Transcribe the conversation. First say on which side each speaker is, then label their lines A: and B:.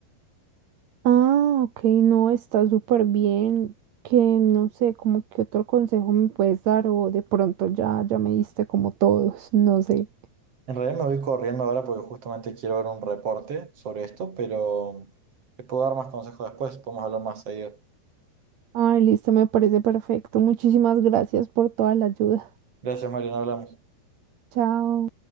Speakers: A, on the right (about 55°); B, on the right (about 40°).
A: Ah, ok, no, está súper bien. Que no sé, como que otro consejo me puedes dar o de pronto ya, ya me diste como todos, <laughs> no sé.
B: En realidad me voy corriendo ahora porque justamente quiero ver un reporte sobre esto, pero te puedo dar más consejos después, podemos hablar más seguido.
A: Ay, listo, me parece perfecto. Muchísimas gracias por toda la ayuda.
B: Gracias, Mario, nos hablamos.
A: Chao.